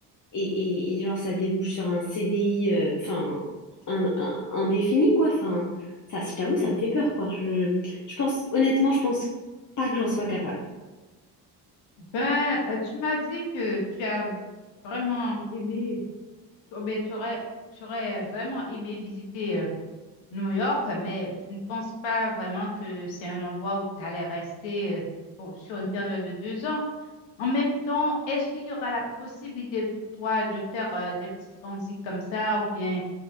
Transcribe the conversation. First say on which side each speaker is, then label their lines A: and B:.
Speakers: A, on the left; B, on the left.
A: et, et, et genre ça débouche sur un CDI, euh, enfin, un, un- indéfini, quoi. Enfin, ça, je t'avoue, ça me fait peur, quoi. Je, je pense, honnêtement, je pense pas que j'en sois capable.
B: Ben, euh, tu m'as dit que tu as vraiment aimé, tu, ben, t'aurais- tu aurais, vraiment aimé visiter New York, mais tu ne penses pas vraiment que c'est un endroit où tu allais rester euh, pour- sur une période de deux ans. En même temps, est-ce qu'il y aura la possibilité pour toi de faire euh, des petits transits comme ça ou bien